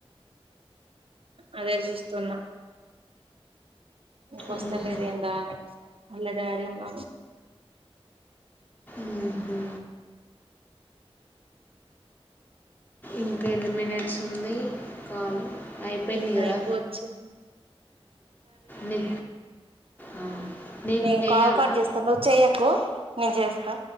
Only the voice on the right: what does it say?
అదే చూస్తునా ఇంకా వస్తలేర్
ఎందా అని ఆళ్ళ డాడీ ఉన్న
ఇంకా అయిపోవచ్చు
నే
కాల్ కట్ చేస్తాను నువ్వు చెయ్యకు నేను చేస్తా